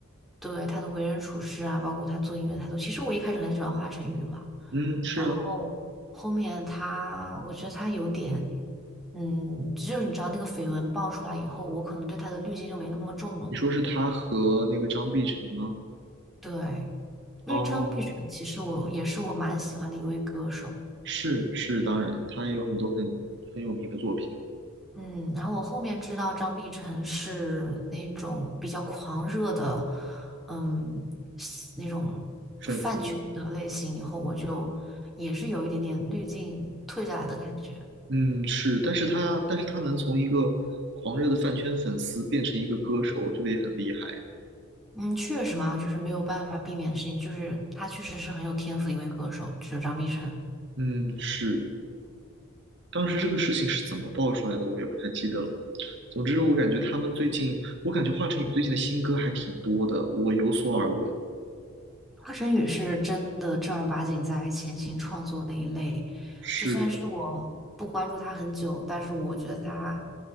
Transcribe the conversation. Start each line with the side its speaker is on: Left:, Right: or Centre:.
Centre: 对，他的为人处事啊，包括他做音乐的态度。其实我一开始很喜欢华晨宇嘛，
Right: 嗯是啊？
Centre: 然后后面他，我觉得他有点，嗯，就是你知道那个绯闻爆出来以后，我可能对他的滤镜就没那么重了，
Right: 你说是他和那个张碧晨吗？
Centre: 对。因为张碧晨其实我也是我蛮喜欢的一位歌手，
Right: 哦是是，当然，他有很多很很有名的作品，
Centre: 嗯，然后我后面知道张碧晨是那种比较狂热的，嗯，那种饭圈的类型，
Right: 粉丝，
Centre: 以后我就也是有一点点滤镜退下来的感觉。
Right: 嗯，是，但是他但是他能从一个狂热的饭圈粉丝变成一个歌手，我觉得也很厉害。
Centre: 嗯，确实嘛，就是没有办法避免的事情，就是他确实是很有天赋的一位歌手，就是张碧晨。
Right: 嗯，是，当时这个事情是怎么爆出来的，我也不太记得了。总之，我感觉他们最近，我感觉华晨宇最近的新歌还挺多的，我有所耳闻。
Centre: 华晨宇是真的正儿八经在潜心创作那一类，
Right: 是，
Centre: 就算是我不关注他很久，但是我觉得他